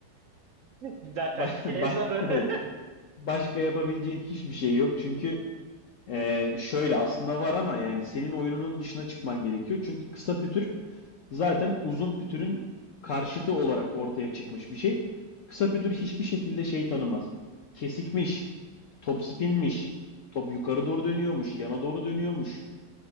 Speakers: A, on the right (about 65°); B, on the left (about 65°).
A: <laughs>
B: <laughs>
A: Güzel
B: Ba-
A: taktik.
B: ba-
A: En sonu.
B: Evet.
A: <laughs>
B: Başka yapabileceğin hiçbir şey yok. Çünkü Ee, şöyle aslında var ama yani senin oyununun dışına çıkman gerekiyor. Çünkü kısa pütür zaten uzun pütürün karşıtı olarak ortaya çıkmış bir şey. Kısa pütür hiçbir şekilde şey tanımaz. Kesikmiş, top spinmiş, top yukarı doğru dönüyormuş, yana doğru dönüyormuş.